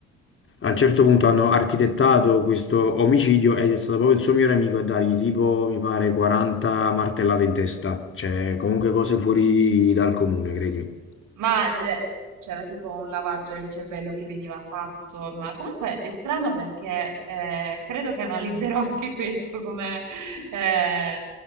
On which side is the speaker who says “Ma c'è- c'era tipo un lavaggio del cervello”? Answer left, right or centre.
Right